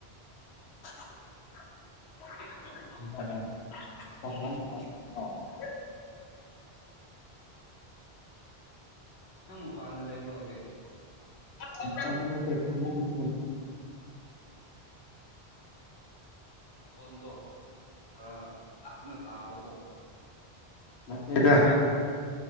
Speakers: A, on the left; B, on the left.
A: <unintelligible>
B: ꯅꯪ ꯃꯄꯥꯟꯗ ꯂꯩꯕ꯭ꯔꯣ ꯍꯧꯖꯤꯛ
A: ꯃꯄꯥꯟꯗ ꯅꯠꯇꯦ ꯐꯃꯨꯡꯗꯅꯦ
B: ꯑꯣ ꯃꯈꯣꯟꯗꯣ ꯈꯔ ꯂꯥꯞꯅ ꯇꯥꯕꯀꯣ
A: ꯅꯠꯇꯦꯗ